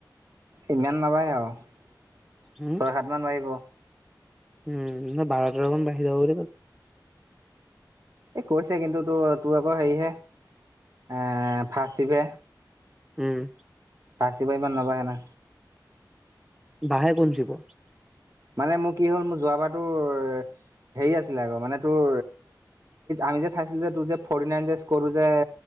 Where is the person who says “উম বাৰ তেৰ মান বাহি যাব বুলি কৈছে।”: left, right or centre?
Centre